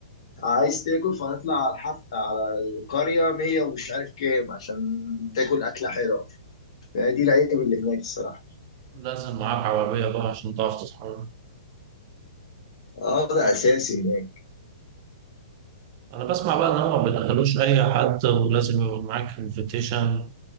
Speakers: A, on the left; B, on the right.
A: عايز تاكل فهتطلع على الحفله على القريه 100 ومش عارف كام عشان تاكل اكله حلوه دي العيب اللي هناك الصراحة
B: لازم معاك عربية بقى عشان تعرف تتحرك
A: اه ده اساسي هناك
B: أنا بسمع بقى إن هما ما بيدخلوش أي حد ولازم يبقى معاك انفيتيشن